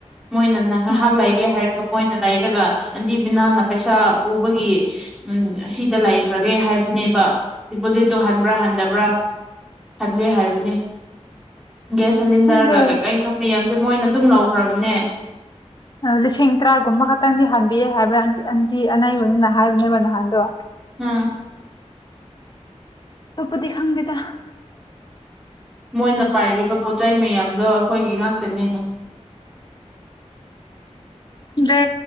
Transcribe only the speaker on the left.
ꯎꯝ
ꯈꯪꯗꯦ
ꯂꯤꯁꯤꯡ ꯇꯔꯥꯒꯨꯝꯕ ꯈꯛꯇꯪꯗꯤ ꯍꯟꯕꯤꯑ ꯍꯥꯏꯕ꯭ꯔꯥ ꯑꯟꯇꯤ ꯑꯅꯩꯕꯅꯅ ꯍꯥꯏꯕꯅꯦꯕ ꯅꯍꯥꯟꯗꯣ
ꯑꯩꯈꯣꯏꯗꯤ ꯈꯪꯒꯦꯗ
ꯗꯦ